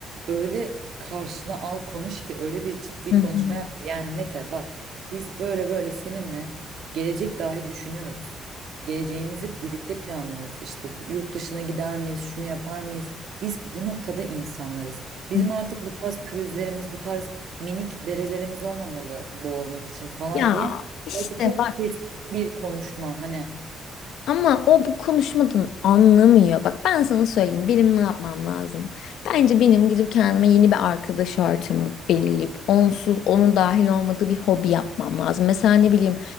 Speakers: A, on the right; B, on the left.
A: öyle karşına al konuş ki öyle bir ciddi
B: Hı
A: konuşma
B: hı.
A: yap ki. Yani Mete bak biz böyle böyle seninle gelecek dahi düşünüyoruz. Geleceğimizi birlikte planlıyoruz. İşte yurt dışına gider miyiz, şunu yapar mıyız? Biz bu noktada insanlarız. Bizim
B: Hı.
A: artık bu tarz pürüzlerimiz, bu tarz minik derelerimiz olmamalı boğulmak için falan
B: Ya
A: diye.
B: işte
A: Belki çok bir konuşma hani.
B: Ama o bu konuşmadan anlamıyor. Bak ben sana söyleyeyim benim ne yapmam lazım. Bence benim gidip kendime yeni bir arkadaş ortamı belirleyip onsuz onun dahil olmadığı bir hobi yapmam lazım. Mesela ne bileyim